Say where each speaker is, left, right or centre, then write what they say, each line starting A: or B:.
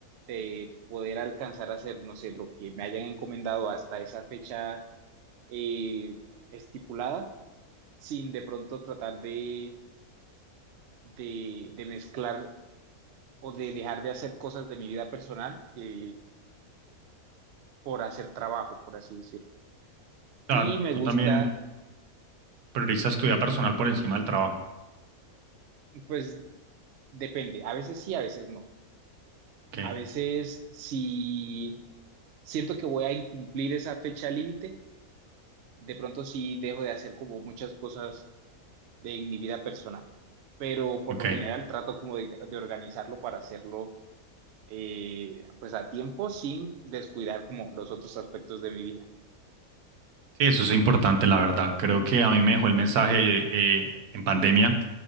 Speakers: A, on the right (about 65°); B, on the right (about 80°).
A: eh, poder alcanzar a hacer, no sé, lo que me hayan encomendado hasta esa fecha eh, estipulada, sin de pronto tratar de, de, de mezclar o de dejar de hacer cosas de mi vida personal eh, por hacer trabajo, por así decirlo.
B: O sea,
A: Y me
B: tú
A: gusta,
B: también priorizas tu vida personal por encima del trabajo.
A: pues depende, a veces sí, a veces no.
B: Ok,
A: A veces si siento que voy a incumplir esa fecha límite, de pronto sí dejo de hacer como muchas cosas de en mi vida personal, pero por
B: ok.
A: lo general trato como de, de organizarlo para hacerlo eh, pues a tiempo sin descuidar como los otros aspectos de mi vida.
B: Sí, eso es importante, la verdad. Creo que a mí me dejó el mensaje eh, eh, en pandemia.